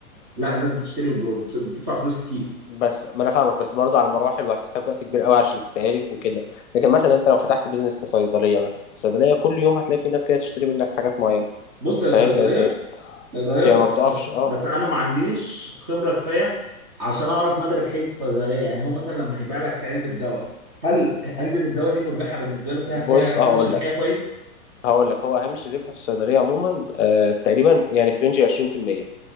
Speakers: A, on the right; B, on the left.
A: لا الناس بتشتري وبتدفع فلوس كتير
B: بس ما انا فاهمك بس برضه على مراحل وهتحتاج وقت كبير قوي عشان تتعرف وكده لكن مثلا انت لو فتحت بيزنس كصيدليه مثلا الصيدليه كل يوم هتلاقي في ناس جايه تشتري منك حاجات معينه
A: بص يا
B: فاهم
A: صيدليه
B: يعني صي...
A: صيدليه
B: يعني
A: ما بتخسرش
B: ما بتقفش اه
A: بس انا ما عنديش خبره كفايه عشان اعرف مدى ربحيه الصيدليه يعني هو مثلا لما هيبيع لك علبه دواء هل علبه الدواء دي مربحه بالنسبه له فيها
B: بص
A: فيها
B: اه
A: هامش
B: هقول
A: ربحيه
B: لك
A: كويس
B: هقول لك هو هامش الربح في الصيدليه عموما آه تقريبا يعني في رينج 20%